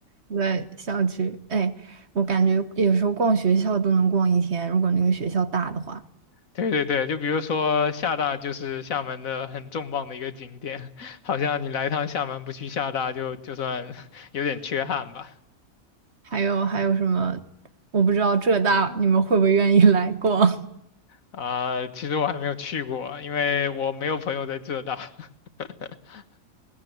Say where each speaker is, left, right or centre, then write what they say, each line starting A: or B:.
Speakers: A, on the right (about 50°); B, on the left (about 75°).
A: 对，校区，哎，我感觉有时候逛学校都能逛一天，如果那个学校大的话。
B: 对对对，就比如说厦大就是厦门的很重磅的一个景点，<laughs> 好像你来一趟厦门不去厦大就就算 <laughs> 有点缺憾吧。
A: 还有还有什么？我不知道浙大你们会不会愿意 <laughs> 来逛？
B: 啊、其实我还没有去过，因为我没有朋友在浙大。<laughs>